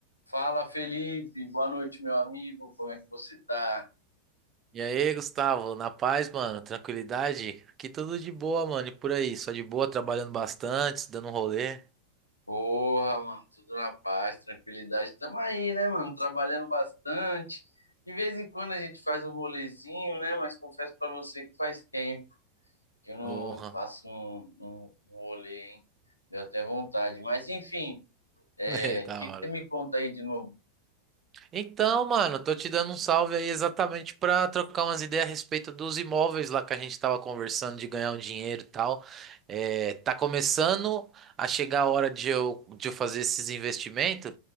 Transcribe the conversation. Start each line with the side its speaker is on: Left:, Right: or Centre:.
Left: Fala, Felipe. Boa noite, meu amigo. Como é que você tá?
Right: E aí, Gustavo, na paz, mano, tranquilidade? Aqui tudo de boa, mano, e por aí, só de boa, trabalhando bastante, dando um rolê.
Left: Porra, mano, tudo na paz, tranquilidade. Tamo aí, né, mano? Trabalhando bastante. De vez em quando a gente faz um rolezinho, né? Mas confesso pra você que faz tempo que eu não
Right: Porra,
Left: faço um, um, um rolê, hein? Deu até vontade. Mas, enfim, é,
Right: <laughs> é da
Left: o que
Right: hora.
Left: que você me conta aí de novo?
Right: Então, mano, tô te dando um salve aí exatamente pra trocar umas ideias a respeito dos imóveis lá que a gente tava conversando de ganhar um dinheiro e tal. É, tá começando a chegar a hora de eu, de eu fazer esses investimentos